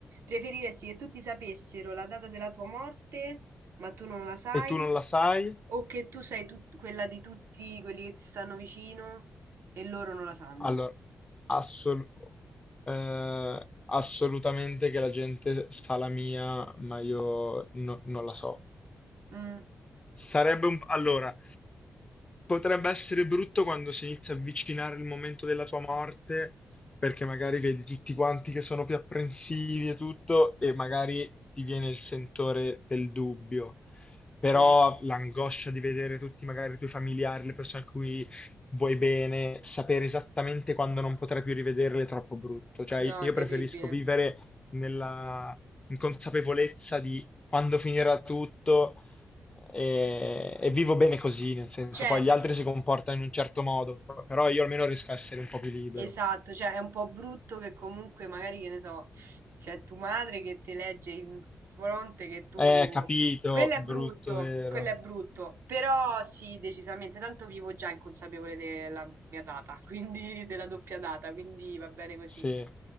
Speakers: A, on the right (about 75°); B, on the left (about 25°).
A: preferiresti che tutti sapessero la data della tua morte, ma tu non la sai,
B: E tu non la sai?
A: o che tu sai tut- quella di tutti quelli che ti stanno vicino e loro non la sanno?
B: Allora, assol- eh, assolutamente che la gente sa la mia, ma io no- non la so.
A: Mm,
B: Sarebbe un... Allora, potrebbe essere brutto quando si inizia a avvicinare il momento della tua morte, perché magari vedi tutti quanti che sono più apprensivi e tutto, e magari ti viene il sentore del dubbio. Però
A: ok.
B: l'angoscia di vedere tutti magari i tuoi familiari, le persone a cui vuoi bene, sapere esattamente quando non potrai più rivederle è troppo brutto. Cioè,
A: No,
B: io preferisco
A: terribile.
B: vivere nella inconsapevolezza di quando finirà tutto e, e vivo bene così, nel senso,
A: Cioè,
B: poi
A: nel...
B: gli altri si comportano in un certo modo, p- però io almeno riesco a essere un po' più libero.
A: Esatto, cioè è un po' brutto che comunque magari, che ne so, c'è tua madre che ti legge in fronte che tu...
B: Eh, capito,
A: Quello è
B: brutto,
A: brutto,
B: vero?
A: quello è brutto, però sì, decisamente, tanto vivo già inconsapevole della mia data, <laughs> quindi della doppia data, quindi va bene così.
B: Sì,